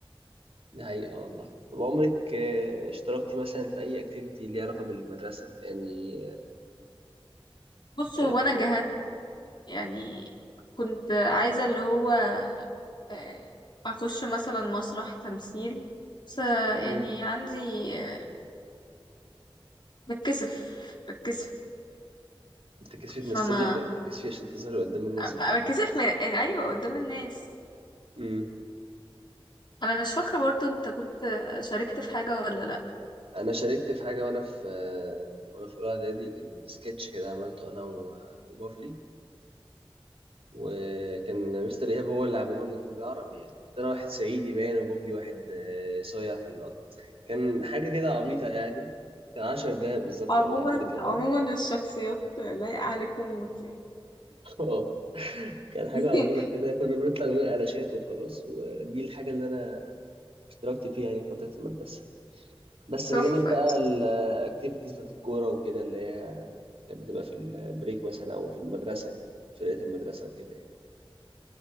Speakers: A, on the right; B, on the left.
A: دي حقيقة والله طب عمرك آه، اشتركتي مثلا في أي أكتيفيتي ليها علاقة بالمدرسة يعني
B: بصوا
A: آه،
B: وانا جهت يعني كنت عايزة اللي هو آه، اخش مثلا مسرح تمثيل بس آه، يعني
A: امم
B: عندي آه، بتكسف بتكسف
A: بتركز فيه
B: فما
A: تمثل لي بتركز فيه عشان تظهري قدام الناس
B: ب-
A: وكده
B: بتكسف من يعني ايوه قدام الناس
A: امم
B: انا مش فاكره برضو انت كنت شاركت في حاجه ولا لا
A: انا شاركت في حاجه وانا في وانا في اولى اعدادي كان سكتش كده عملته انا و- وبافلي وكان مستر ايهاب هو اللي عامله لنا كان بالعربي يعني كنت انا واحد صعيدي باين وبافلي واحد آه، صايع في القط كان حاجه كده عبيطه يعني كان عشر دقايق بالظبط
B: عموما
A: ولا اقل كمان
B: عموما الشخصيات لايقه عليكم موت يعني
A: <laughs> اه كان حاجه
B: <laughs>
A: عبيطه كده كنا بنطلع نقول قلاشات وخلاص ودي الحاجه اللي انا اشتركت فيها يعني في فتره المدرسه بس
B: تحفه
A: بجانب بقى الاكتيفيتيز بتاعت الكورة وكده اللي هي كانت بتبقى في البريك مثلا أو في المدرسة في فرقة المدرسة وكده يعني